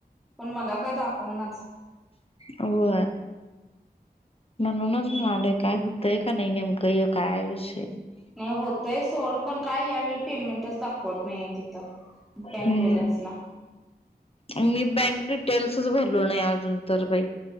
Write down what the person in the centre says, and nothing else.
पण मला काही दाखवणाच.
नाही होते य सोड पण काय यावेळी पेमेंट दाखवत नाहीये तिथ बँक
बॅलन्स ला.